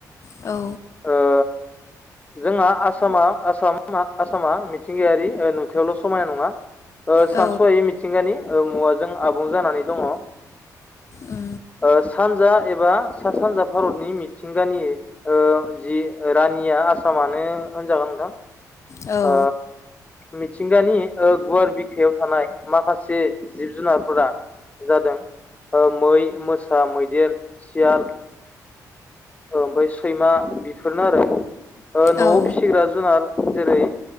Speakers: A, on the left (about 45°); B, on the left (about 20°).
A: औ
B: ओ जोंहा आसामा आसाम आसामा मिथिंगायारि नुथायावल' समायना नङा
A: औ
B: सानस'याय मिथिंगानि मुवाजों आबुं जानानै दङ
A: ओ
B: ओ सानजा एबा सा सानजा भारतनि मिथिंगानि ओ जि रानि आसामानो होनजागोन नोंथां
A: औ
B: ओ मिथिंगानि गुवार बिखायाव थानाय माखासे जिब जुनारफोरा जादों मै मोसा मैदेर सियाल ओमफ्राय सैमा बेफोरनो आरो न'आव
A: औ
B: फिसिग्रा जुनार जेरै